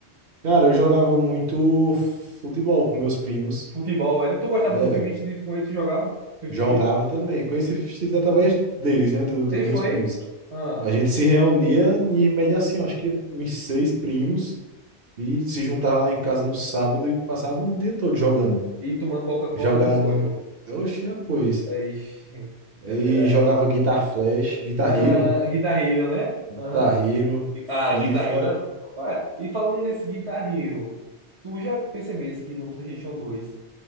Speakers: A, on the right; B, on the right.
A: Cara, eu jogava muito futebol com meus primos.
B: Futebol era. Tu gostava
A: Era,
B: do FIFA Street com ele, tu jogava FIFA
A: Jogava
B: Street?
A: também. Conheci
B: Ele
A: Fichita através deles, né? do- dos
B: ele
A: meus
B: foi.
A: primos.
B: Ah,
A: A gente se reunia em média assim, eu acho que uns seis primos, e se juntava lá em casa no sábado e passava o dia todo jogando.
B: e tomando Coca-Cola
A: Jogando.
B: e biscoito.
A: Oxe, é, pois.
B: Ixi,
A: E
B: era. era-
A: jogava Guitar Flash, Guitar
B: Ah,
A: Hero,
B: Guitar Hero, né?
A: Guitar
B: Aham.
A: Hero, FIFA.
B: Ah, Guitar Hero. Ué, e falando nesse Guitar Hero, tu já percebesse que no PlayStation dois